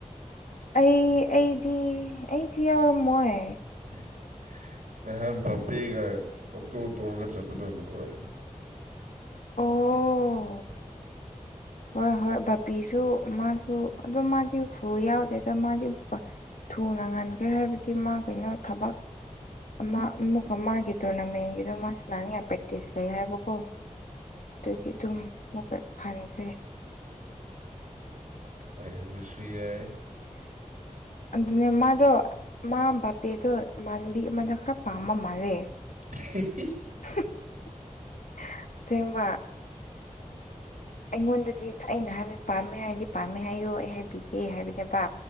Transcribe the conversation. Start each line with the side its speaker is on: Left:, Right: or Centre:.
Left: ꯑꯩ ꯑꯩꯗꯤ ꯑꯩꯗꯤ ꯌꯥꯎꯔꯝꯃꯣꯏ
Right: <unintelligible> ꯅꯍꯥꯟ ꯚꯥꯄꯦꯒ ꯑꯣꯛꯇꯣ ꯇꯣꯡꯒ ꯆꯠꯄꯗꯣ ꯅꯈꯣꯏ
Left: ꯑꯣ ꯍꯣꯏ ꯍꯣꯏ ꯕꯥꯄꯦꯁꯨ ꯃꯥꯁꯨ ꯑꯗꯨꯝ ꯃꯥꯗꯤ ꯐꯨꯜ ꯌꯥꯎꯗꯦꯗ ꯃꯥꯗꯤ ꯊꯨꯅ ꯉꯟꯈ꯭ꯔꯦ ꯍꯥꯏꯕꯗꯤ ꯃꯥ ꯀꯩꯅꯣ ꯊꯕꯛ ꯑꯃꯨꯛ ꯃꯥꯒꯤ ꯇꯣꯔꯅꯥꯃꯦꯟꯒꯤꯗꯣ ꯃꯥ ꯁꯥꯅꯅꯤꯡꯉꯥꯏ ꯄ꯭ꯔꯦꯛꯇꯤꯁ ꯂꯩ ꯍꯥꯏꯕꯀꯣ ꯑꯗꯨꯒꯤ ꯑꯗꯨꯝ ꯃꯨꯛꯀ ꯍꯟꯈ꯭ꯔꯦ
Right: ꯑꯩꯕꯨ ꯁꯨꯏ ꯌꯥꯏ
Left: <unintelligible> ꯑꯗꯨꯅꯦ ꯃꯥꯗꯣ ꯃꯥ ꯕꯕꯦꯗꯣ ꯏꯃꯥꯟꯅꯕꯤ ꯑꯃꯗ ꯈꯔ ꯄꯥꯝꯕ ꯃꯥꯜꯂꯦ
Right: <unintelligible>
Left: <unintelligible> <unintelligible> ꯑꯩꯉꯣꯟꯗꯗꯤ ꯑꯩꯅ ꯍꯥꯏꯕꯅꯤ ꯄꯥꯝꯃꯦ ꯍꯥꯏꯔꯗꯤ ꯄꯥꯝꯃꯦ ꯍꯥꯏꯌꯨ ꯑꯩ ꯍꯥꯏꯕꯤꯒꯦ ꯍꯥꯏꯕꯅꯦꯕ